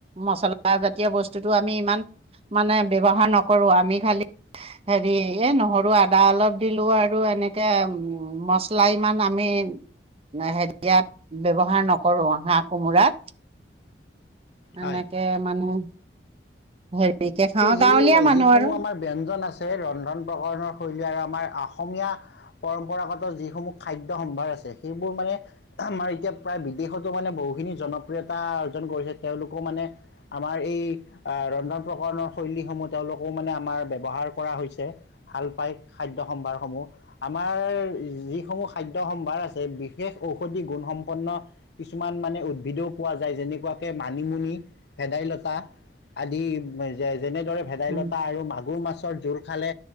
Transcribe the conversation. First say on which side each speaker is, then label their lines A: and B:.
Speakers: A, on the right; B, on the left.
A: মছলা জাতীয় বস্তুটো আমি ইমান মানে ব্যৱহা। ৰ নকৰো আমি খালি হেৰি এই নহৰু আদা অলপ দিলোঁ আৰু এনেকে মছলা ইমান আমি হেৰি ইয়াত ব্যৱহাৰ নকৰো হাঁহ কোমোৰাত এনেকে
B: হয়
A: মানুহ হেভিকে খাওঁ।
B: ই
A: গাঁৱলীয়া মানুহ
B: যিসমূহ
A: আৰু
B: আমাৰ ব্যঞ্জন আছে ৰন্ধন প্ৰকৰৰণৰ শৈলী আৰু আমাৰ অসমীয়া য়া পৰম্পৰাগত যিসমূহ খাদ্য সম্ভাৰ আছে সেইবোৰ মানে আমাৰ এতিয়া প্ৰায় বিদেশতো মানে বহুখিনি জনপ্ৰিয়তা অৰ্জন কৰিছে তেওঁলোকো মানে আমাৰ এই অহ ৰন্ধন প্ৰকৰণৰ শৈলীসমূহ তেওঁলোকো মানে আমাৰ ব্যৱহাৰ কৰা হৈছে, ভাল পাই খাদ্য সম্ভাৰসমূহ আমাৰ যিসমূহ খাদ্য সম্ভাৰ আছে বিশেষ ঔষধি গুণসম্পন্ন কিছুমান মানে উদ্ভিদও পোৱা যায় যেনেকোৱাকে মানিমুনি, ভেদাইলতা, আদি যে যেনেদৰে ভেদাইলতা
A: উম
B: আৰু মাগুৰ মাছৰ জোল খালে